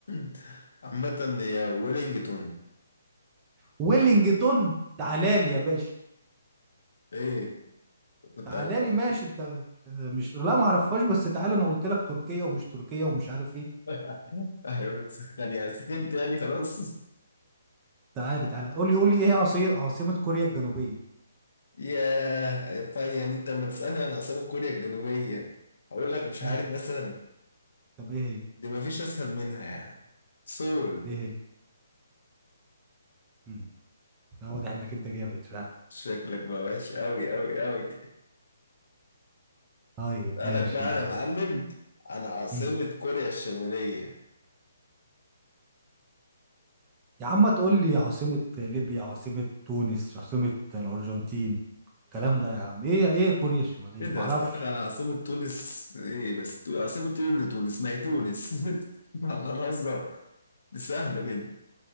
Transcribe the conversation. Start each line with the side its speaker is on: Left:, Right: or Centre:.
Left: <laughs> عامة هي ويلينجتون
Right: ويلينجتون تعالى لي يا باشا
Left: ايه كنت
Right: تعالى
Left: عارفها
Right: لي ماشي انت مش لا ما اعرفهاش بس تعالى انا قلت لك تركيا ومش تركيا ومش عارف ايه
Left: <laughs> ايوه بتسخني سخنت يعني خلاص
Right: تعالى تعالى قول لي قول لي ايه هي عاصي... عاصمة كوريا الجنوبية
Left: ياه فا يعني انت لما تسألني عن عاصمة كوريا الجنوبية هقول لك مش عارف
Right: امم
Left: مثلا
Right: طب ايه هي
Left: دي مفيش اسهل منها يعني سول
Right: ايه هي امم لا، واضح انك انت جامد فعلا
Left: شكلك بقى وحش قوي قوي قوي
Right: طيب
Left: اسألك
Right: ماشي
Left: بقى انا معلم عن عاصمة
Right: مم.
Left: كوريا الشمالية
Right: يا عم تقول لي عاصمة ليبيا عاصمة تونس عاصمة الأرجنتين الكلام ده يا عم ايه ايه كوريا الشمالية
Left: ايه ده
Right: معرفش
Left: اسألك عن عاصمة تونس ايه بس تو- عاصمة ايه اللي تونس ما هي تونس <laughs> احنا نهزر دي سهلة جدا